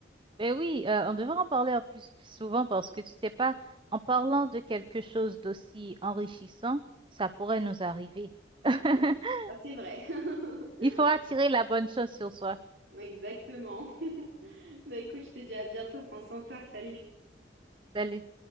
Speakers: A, on the right (about 25°); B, on the right (about 65°).
A: Ben oui, euh, on devrait en parler en plus souvent parce que tu sais pas, en parlant de quelque chose d'aussi enrichissant, ça pourrait nous arriver. <laughs>
B: Ah oui. Ah, c'est vrai. <laughs>
A: Il faut attirer la bonne chose sur soi.
B: Exactement. Bah écoute, je te dis à bientôt, prends soin de toi, salut.
A: Salut.